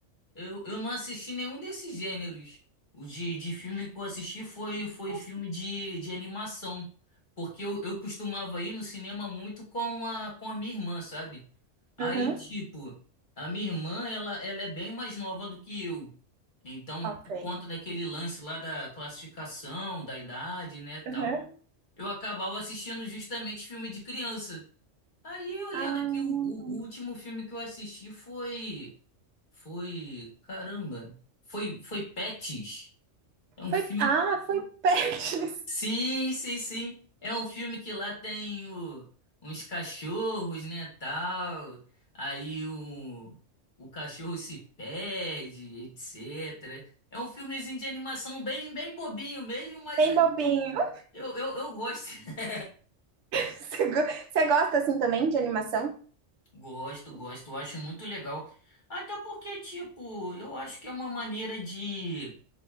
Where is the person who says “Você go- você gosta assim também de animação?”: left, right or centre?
Right